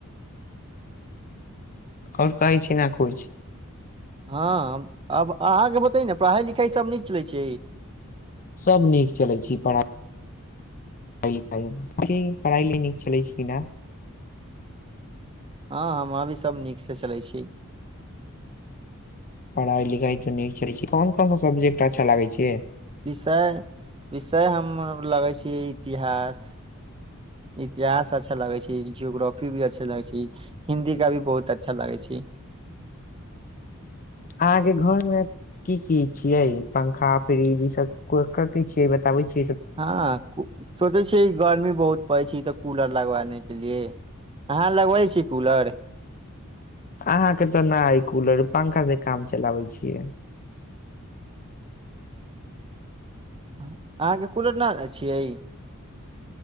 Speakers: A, on the left; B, on the right.
A: आओर कहै छी न किछु
B: हँ आब अहाँके बतै न पढ़ाइ लिखाइ सभ नीक चलै छै
A: सभ नीक चलैय छै पढ़ाइ पढ़ाइ लिखाइ जी पढ़ाइ ले नीक चलै छै न
B: हँ हमरा भी सभ नीकसँ चलैय छै
A: पढ़ाइ लिखाइ त नीक चले छै कोन कोन स सब्जेक्ट अच्छा लगे छे
B: विषय विषय हम लगै छी इतिहास इतिहास अच्छा लगै छै जियोग्राफी भी अच्छा लग छै हिन्दी का भी बहुत अच्छा लगै छै
A: यहां के घर में की की छीये पंखा फ्रिज ई सब को के के छीये बताबे छी
B: हँ क सोचे छियै गर्मी बहुत पड़ै छै तऽ कूलर लगवाने के लिए अहा लगबै छी कूलर
A: अहाँके तऽ नहि कूलर पंखा से काम चलाबै छियै
B: अहाँके कूलर नहि छियै